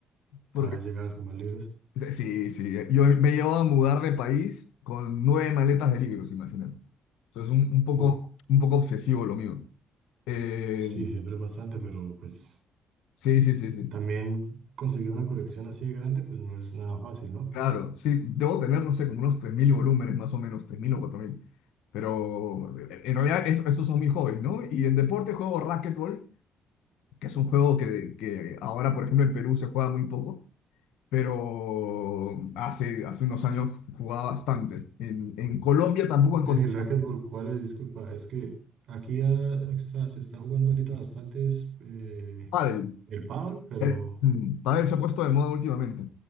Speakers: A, on the right (about 65°); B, on the left (about 80°).
A: Cada
B: Porque
A: vez llegadas con más libros.
B: sí, sí, sí, eh, yo me llevaba a mudar de país con nueve maletas de libros, imagínate. Entonces un, un poco,
A: Uf,
B: un poco obsesivo lo mío. Eh,
A: sí, siempre es bastante, pero pues...
B: sí, sí, sí, sí.
A: También conseguir una colección así de grande, pues no es nada fácil, ¿no?
B: Claro, sí, debo tener, no sé, como unos 3.000 volúmenes más o menos, 3.000 o 4.000. Pero eh, en realidad es- esos son mis hobbies, ¿no? Y en deporte juego racquetball, que es un juego que, que ahora, por ejemplo, en Perú se juega muy poco, pero hace, hace unos años jugaba bastante. En, en Colombia tampoco encontré
A: Mire, el racquetball, ¿cuál es? Disculpa, es que aquí ya está- se está jugando ahorita bastante es, eh,
B: pádel.
A: el pádel, pero
B: El, mm, pádel se ha puesto de moda últimamente.